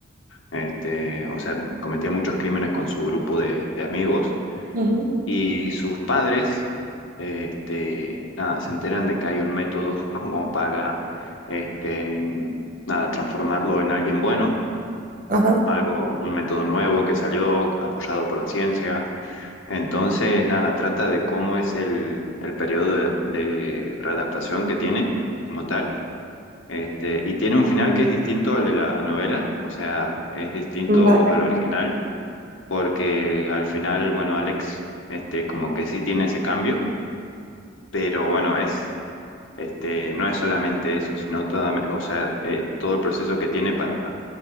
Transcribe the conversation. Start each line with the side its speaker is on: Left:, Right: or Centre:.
Left: este, o sea, cometía muchos crímenes con su grupo de, de amigos.
Right: Ujú,
Left: Y sus padres, este, nada, se enteran de que hay un método <laughs> como para, este, nada, transformarlo en alguien bueno
Right: Ajá.
Left: algo, un método nuevo que salió apoyado por la ciencia. Entonces, nada, trata de cómo es el, el periodo de, de readaptación que tiene como tal. Este, y tiene un final que es distinto al de la novela, o sea, es distinto
Right: Ujú. Vale.
Left: al original, porque al final, bueno, Alex, este, como que sí tiene ese cambio, pero bueno, es este, no es solamente eso, sino toda, o sea, eh, todo el proceso que tiene para,